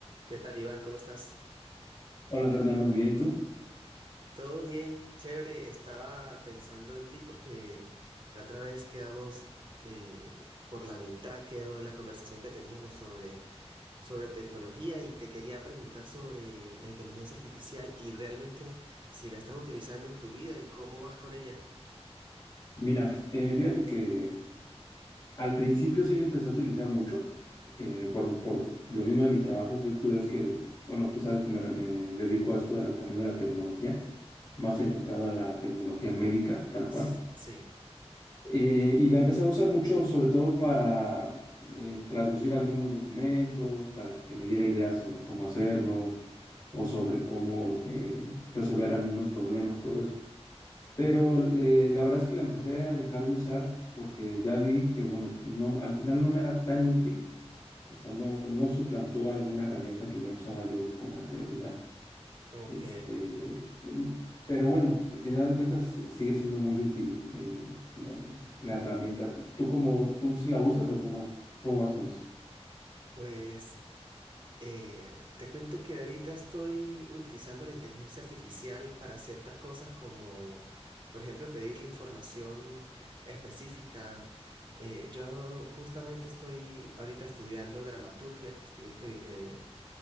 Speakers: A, on the right (about 45°); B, on the left (about 35°).
A: ¿Qué tal, Iván? ¿Cómo estás?
B: Hola Fernando, bien, ¿y tú?
A: Todo bien, chévere. Estaba pensando en ti porque la otra vez quedamos eh, por la mitad, quedó la conversación que teníamos sobre, sobre tecnología y te quería preguntar sobre la inteligencia artificial y realmente si la estás utilizando en tu vida y cómo vas con ella.
B: Mira, f- eh, fíjate que al principio sí le empecé a utilizar mucho, eh, por, por lo mismo de mi trabajo, pues tú sabes que, bueno, tú sabes que me, me dedico a esto de la, también de la tecnología, más enfocado a la tecnología médica, tal cual.
A: Ps, Sí,
B: Eh, y la empecé a usar mucho, sobre todo para eh, traducir algunos documentos, para que me diera ideas sobre cómo hacerlo o sobre cómo eh, resolver algunos problemas, todo eso. Pero eh, la verdad es que la empecé a dejar de usar porque ya vi que, bueno, no, al final no me era tan útil, o sea, no, no suplantó alguna herramienta que ya usaba yo con anterioridad.
A: ok.
B: Este, mm, pero bueno, al final de cuentas eh, sigue siendo muy útil el- la, la herramienta. ¿Tú, tú cómo, tú sí la usas o cómo, cómo vas con eso?
A: Pues Eh, te cuento que ahorita estoy utilizando la inteligencia artificial para ciertas cosas como, por ejemplo, pedirle información específica. Eh, yo justamente estoy ahorita estudiando dramaturgia, estoy escri- eh,